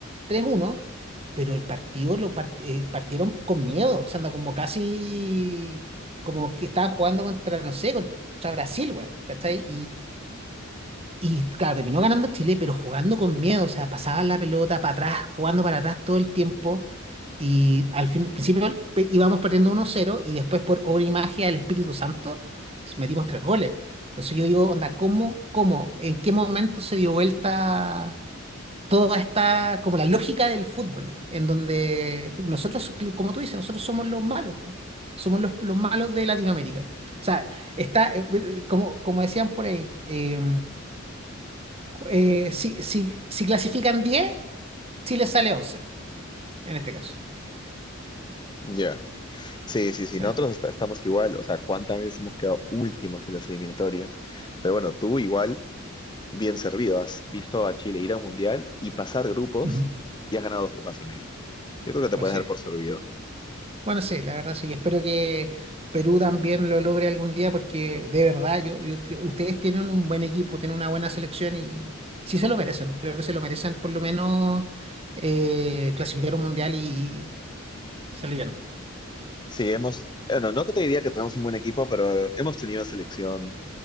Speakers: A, on the right; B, on the left.
A: tres uno pero el partido lo par- eh, partieron con miedo, o sea, anda como casi. como que estaban jugando contra, no sé, contra Brasil, güey, ¿cachai? Y claro, terminó ganando Chile, pero jugando con miedo, o sea, pasaban la pelota para atrás, jugando para atrás todo el tiempo. Y al fin, al principio pe- íbamos perdiendo uno cero y después por obra y magia del Espíritu Santo metimos tres goles. Entonces yo digo, onda, ¿cómo, cómo, en qué momento se dio vuelta toda esta, como la lógica del fútbol, en donde nosotros, como tú dices, nosotros somos los malos, somos los, los malos de Latinoamérica. O sea, está, eh, eh, como, como decían por ahí. eh, eh, si, si, si clasifican 10, Chile sale 11, en este caso.
B: Ya. Sí, sí, sí,
A: Sí,
B: nosotros est- estamos igual. O sea, ¿cuántas veces hemos quedado últimos en las eliminatorias? Pero bueno, tú igual, bien servido, has visto a Chile ir a un mundial y pasar grupos
A: Ujú.
B: y has ganado dos Copas América. Yo creo que te
A: pues
B: puedes
A: sí.
B: dar por servido.
A: Bueno, sí, la verdad sí. Espero que Perú también lo logre algún día porque de verdad, yo, yo creo- ustedes tienen un buen equipo, tienen una buena selección y sí se lo merecen. Creo que se lo merecen por lo menos eh, clasificar un mundial y, y salir bien.
B: Sí, hemos, bueno, no que te diría que tenemos un buen equipo, pero hemos tenido selección